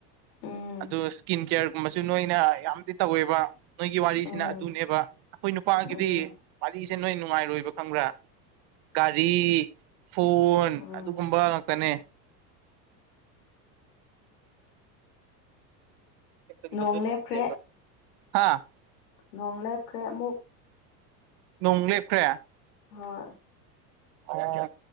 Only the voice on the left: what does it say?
ꯎꯝ
ꯎꯝ
ꯎꯝ
ꯎꯝ
ꯅꯣꯡ ꯂꯦꯞꯈ꯭ꯔꯦ
ꯅꯣꯡ ꯂꯦꯞꯈ꯭ꯔꯦ ꯑꯃꯨꯛ
ꯍꯣꯏ